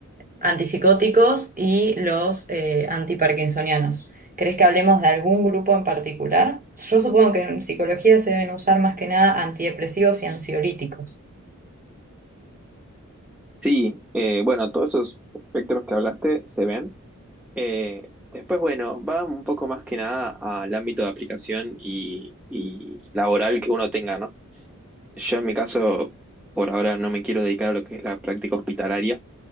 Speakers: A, on the right; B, in the centre.
A: antipsicóticos y los eh, antiparkinsonianos. ¿Crees que hablemos de algún grupo en particular? Yo supongo que en psicología se deben usar más que nada antidepresivos y ansiolíticos.
B: Sí, eh, bueno, todos esos espectros que hablaste se ven. Eh, después, bueno, va un poco más que nada al ámbito de aplicación y, y laboral que uno tenga, ¿no? Yo en mi caso, por ahora no me quiero dedicar a lo que es la práctica hospitalaria.